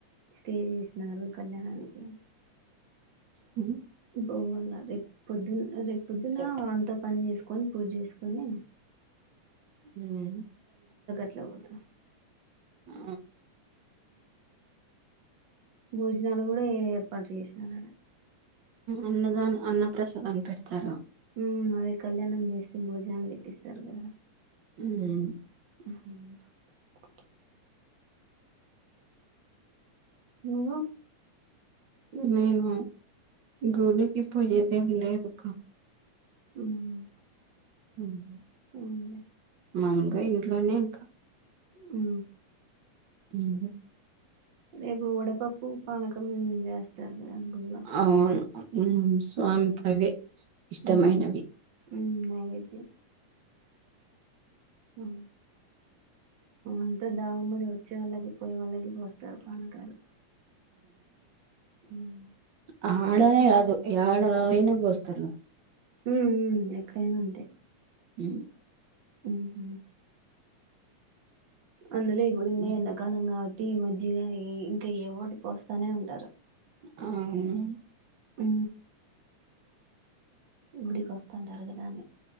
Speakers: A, on the right; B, on the right.
A: స్టేజ్ వేసినారు కళ్యాణానికి
B: హ్మ
A: పోగున్నా రేపొద్దున్న రేపు పొద్దున
B: చెప్
A: అంత పని చేసు కొని పూజ చేసుకొని
B: హమ్
A: అట్ల పోతిమి
B: ఆ
A: భోజనాలు కూడా ఏర్పాటు చేసినం
B: అన్నదానం అన్నప్రసాదం పెడతారా
A: ఉమ్ అదే కళ్యాణం చేస్తే భోజనాలు పెట్టిస్తారు కదా
B: ఉమ్
A: హమ్ నువ్వు
B: నేను గుడికి పోయేదేం లేదుగా
A: ఉమ్మ్
B: ఉమ్
A: హమ్
B: మాముూలుగా ఇంట్లోనే ఇంకా
A: ఉహు
B: ఉ
A: రేపు వడపప్పు పానకం ఉ చేస్తారు కదా గుళ్ళో
B: అవును ఉ స్వామి కి అవే ఇష్టమైనవి
A: ఉమ్ ఉమ్ నైవేద్యం ఉ అంతా దామ్మడి వచ్చే వాళ్ళకి పోయే వాళ్ళకి పోస్తారు పానకాలు ఉమ్
B: ఆ ఆడనే కాదు ఎడ అయిన బోస్తారు
A: ఉ ఉ ఎక్కడైనా అంతే
B: ఉ
A: ఉ హ అందులో ఇప్పుడు మే
B: ఉమ్
A: ఎండాకాలం కావటి ఈ మజ్జిగా అని ఇంకా ఏ ఓటి పోస్తానే ఉంటారు
B: ఆ అవును
A: ఉ గుడికొస్తానండార్ కదా అనీ